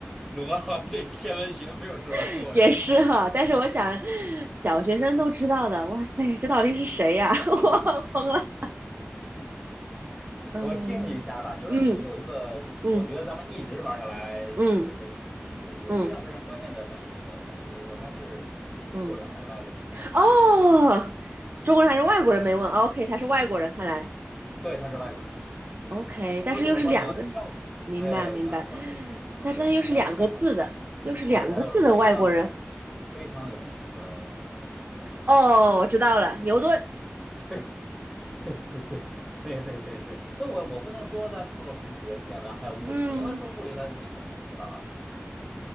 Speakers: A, in the centre; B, on the right.
A: 鲁班好像对天文学没有什么作用
B: <laughs> 也是哈，
A: <laughs>。
B: 但是我想，小学生都知道的，哇塞，这到底是谁呀、<laughs> 我疯了。嗯嗯
A: 我听你一下吧，就是你有一个，
B: 嗯
A: 我觉得咱们一直玩下来，
B: 嗯
A: 就是这个游戏有一个非常非常关键的问题你没有问，
B: 嗯
A: 就是说他是中国人还是外国人？
B: 嗯，哦，中国人还是外国人没问，OK，他是外国人，看来
A: 对，他是外国人，
B: OK，但是又是两个，
A: 所以我说你要跳出去，
B: 明白明白，
A: 对，你要跳出去，
B: 但是他又是两个字的，
A: 对，他要是两个字，
B: 又是两个字的外国人。
A: 对，他要是非常非常有名的呃这个，
B: 哦，我知道了，牛顿。
A: <laughs> 对对对对对对对对，所以我我不能说他除了数学、天文还有物理，
B: 嗯，
A: 因为说物理他你肯定是知道了，